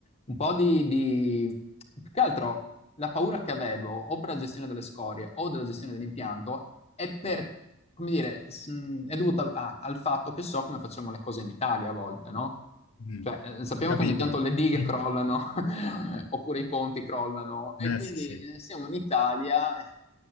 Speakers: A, on the left; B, on the left.
A: un po' di, di... Più che altro, la paura che avevo, o per la gestione delle scorie, o della gestione dell'impianto, è per, come dire, s- è dovuta al, a- al fatto che so come facciamo le cose in Italia a volte, no?
B: mm,
A: Cioè, eh, sappiamo
B: ho capito.
A: che ogni tanto le dighe
B: Eh,
A: crollano, <laughs> oppure i ponti crollano, e quindi
B: sì, sì.
A: eh, siamo in Italia, eh,